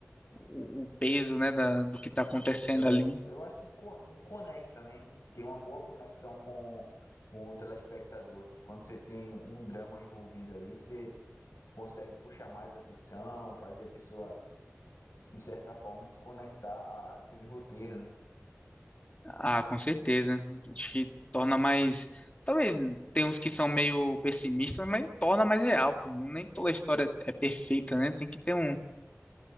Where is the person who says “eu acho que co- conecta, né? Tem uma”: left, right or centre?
Left